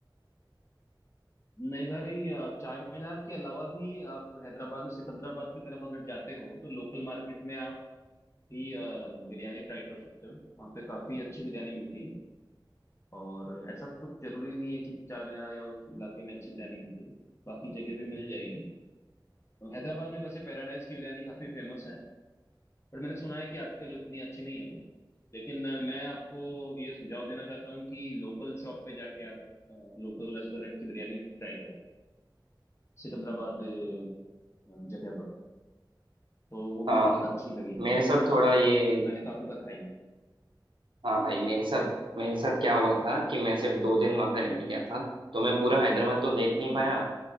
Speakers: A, on the left; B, on the right.
A: नहीं भाई अ, चार मीनार के अलावा भी आप हैदराबाद में सिकंदराबाद की तरफ अगर जाते हो तो लोकल मार्केट में आप भी अ, बिरयानी ट्राई कर सकते हो वहाँ पे काफी अच्छी बिरयानी मिलती है और ऐसा कुछ जरूरी नहीं है कि चार मीनार या उस इलाके में अच्छी बिरयानी मिलती है बाकी जगह भी मिल जाएगी तो हैदराबाद में वैसे पैराडाइज की बिरयानी काफी फेमस है पर मैंने सुना है कि आजकल इतनी अच्छी नहीं है वो लेकिन अ, मैं आपको ये सुझाव देना चाहता हूँ कि लोकल शॉप पे जाके आप लोकल रेस्टोरेंट की बिरयानी ट्राई करें सिकंदराबाद अ, जगह पर तो वो
B: हाँ
A: भी बहुत अच्छी लगेगी
B: मेरे
A: आपको
B: साथ थोड़ा ये
A: मैंने काफी बार खाई है
B: हाँ भाई मेरे साथ मेरे साथ क्या हुआ था कि मैं सिर्फ दो दिन वहाँ पे रहने गया था तो मैं पूरा हैदराबाद तो देख नहीं
A: हम्म,
B: पाया